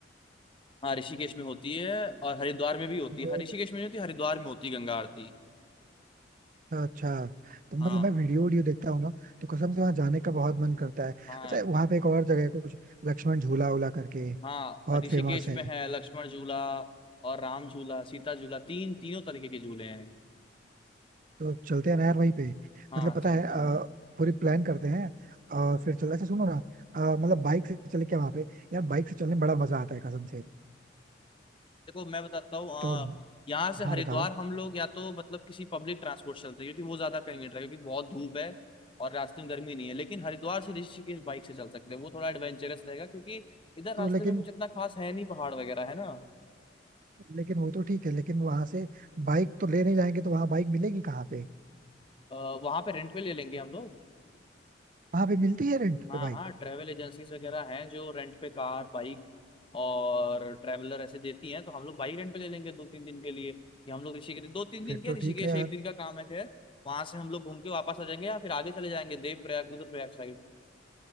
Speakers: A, on the left (about 25°); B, on the right (about 45°).
A: हाँ ऋषिकेश में होती है और हरिद्वार में भी होती
B: क्या
A: है हाँ, ऋषिकेश में नहीं होती हरिद्वार में होती है गंगा आरती
B: अच्छा अच्छा तो मतलब
A: हाँ
B: मैं वीडियो वीडियो देखता हूँ ना तो कसम से वहां जाने का बहुत मन करता है
A: हाँ
B: अच्छा वहां पे एक और जगह है कुछ लक्ष्मण झूला उला करके
A: हाँ
B: बहुत
A: ऋषिकेश
B: फेमस है
A: में है लक्ष्मण झूला और राम झूला सीता झूला तीन तीनों तरीके के झूले हैं
B: तो चलते हैं ना यार वहीं पे
A: हाँ
B: मतलब पता
A: चलते
B: है अ,
A: हैं
B: पूरी प्लान करते हैं और फिर चल अच्छा सुनो ना अ, मतलब बाइक से चले क्या वहां पे यार बाइक से चलने में बड़ा मजा आता है कसम से
A: देखो मैं बताता हूँ अ,
B: तो
A: यहाँ से
B: हाँ
A: हरिद्वार
B: बताओ
A: हम लोग या तो मतलब किसी पब्लिक ट्रांसपोर्ट चलते हैं क्योंकि वो ज्यादा कन्वीनियंट है क्योंकि बहुत धूप है और रास्ते में गर्मी नहीं है लेकिन हरिद्वार से ऋषिकेश बाइक से चल सकते हैं वो थोड़ा एडवेंचरस रहेगा क्योंकि इधर रास्ते
B: तो लेकिन
A: में कुछ इतना खास है नहीं पहाड़ वगैरह है ना
B: लेकिन वो तो ठीक है लेकिन वहां से बाइक तो ले नहीं जाएंगे तो वहां बाइक मिलेगी कहाँ पे
A: वहां पे रेंट पे ले लेंगे हम लोग
B: वहां पे मिलती है रेंट
A: हाँ
B: पे बाइक
A: हाँ ट्रैवल एजेंसीज वगैरह हैं जो रेंट पे कार बाइक और ट्रैवलर ऐसे देती हैं तो हम लोग बाइक रेंट पे ले लेंगे दो तीन दिन के लिए कि हम लोग ऋषिकेश दो तीन दिन
B: फिर
A: क्या
B: तो
A: ऋषिकेश
B: ठीक है यार
A: एक दिन का काम है खैर वहां से हम लोग घूम के वापस आ जाएंगे या फिर आगे चले जाएंगे देव प्रयाग रुद्रप्रयाग साइड